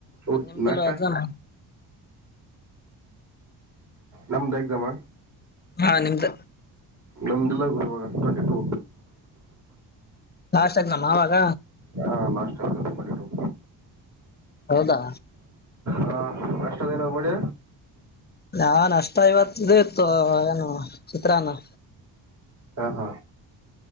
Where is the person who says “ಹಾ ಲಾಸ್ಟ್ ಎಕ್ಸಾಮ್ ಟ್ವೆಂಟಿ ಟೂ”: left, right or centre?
Right